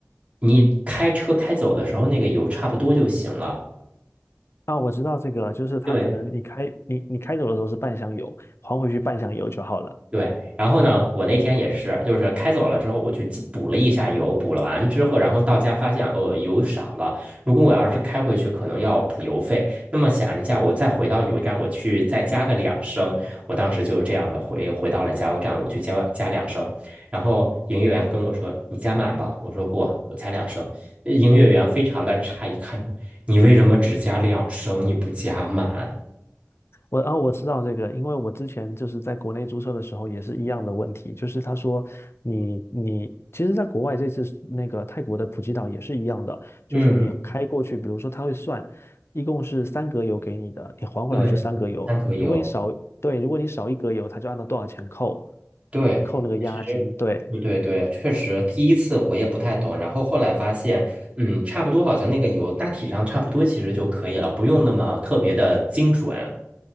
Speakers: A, on the right (about 25°); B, on the left (about 60°).
A: 你开车开走的时候那个油差不多就行了。
B: 啊，我知道这个，就是它可能你开你你开走的时候是半箱油，
A: 对。
B: 还回去半箱油就好了。
A: 对，然后呢，我那天也是，就是开走了之后，我去记补了一下油，补了完之后，然后到家发现，哦，油少了。如果我要是开回去，可能要补油费。那么想一下，我再回到油站，我去再加个两升。我当时就这样的回回到了加油站，我去加加两升。然后营业员跟我说：“你加满吧。”我说：“不，我加两升。呃”营业员非常的诧异，看着我你为什么只加两升，你不加满？
B: 我啊，我知道这个，因为我之前就是在国内租车的时候也是一样的问题，就是他说你你其实，在国外这次那个泰国的普吉岛也是一样的，
A: 嗯，
B: 就是你开过去，比如说他会算，一共是三格油给你的，你还回来就三格油，
A: 对，三格油。
B: 如果你少，对，如果你少一格油，他就按照多少钱扣，
A: 对，
B: 扣那个押金，
A: 其实对对对确实第一次我也不太懂，
B: 对。
A: 然后后来发现，嗯，差不多，好像那个油大体上差不多，其实就可以了，不用那么特别的精准。